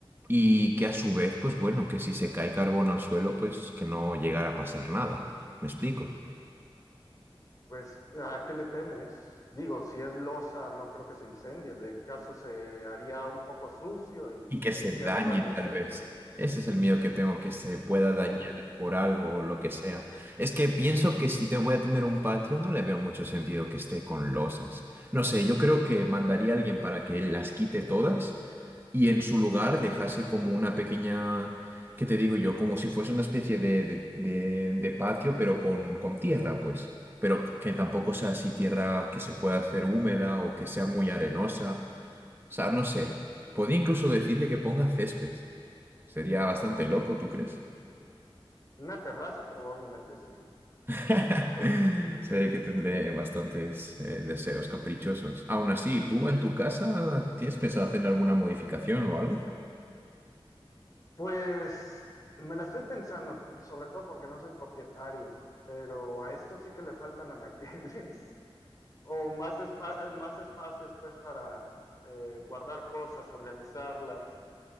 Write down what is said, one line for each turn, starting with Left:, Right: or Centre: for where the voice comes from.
Right: y que a su vez, pues bueno, que si se cae carbón al suelo, pues que no llegara a pasar nada. ¿Me explico?
Left: Pues, ¿a qué le temes? Digo, si es losa, no creo que se incendie. De caso se haría un poco sucio y
Right: y que
Left: limpiándolo
Right: se dañe
Left: al momento.
Right: tal vez. Ese es el miedo que tengo, que se pueda dañar
Left: Mm,
Right: por algo o lo que sea. Es que pienso que si te voy a tener un patio, no le veo mucho sentido que esté con losas. No sé, yo creo que mandaría a alguien para que él las quite todas y en su lugar dejase como una pequeña, ¿qué te digo yo? Como si fuese una especie de, de, de- de patio, pero con, con tierra, pues. Pero que tampoco sea así tierra que se pueda hacer húmeda o que sea muy arenosa o sea, no sé. Podría incluso decirle que ponga césped. Sería bastante loco, ¿tú crees?
Left: En una terraza probablemente sí.
Right: <laughs> Sé que tendré bastantes eh, deseos caprichosos. Aún así, ¿tú en tu casa tienes pensado hacer alguna modificación o algo?
Left: Pues me la estoy pensando, por- sobre todo porque no soy propietario, pero a esto sí que le faltan anaqueles <laughs> o más, espa- eh, más espacios pues para eh, guardar cosas, organizarlas.